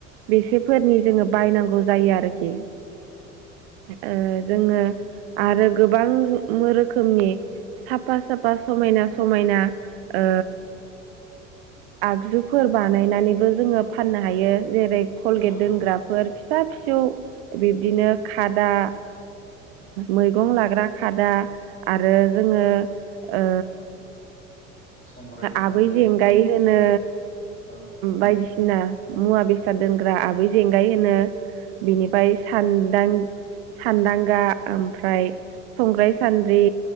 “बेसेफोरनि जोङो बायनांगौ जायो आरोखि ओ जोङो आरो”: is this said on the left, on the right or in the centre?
Right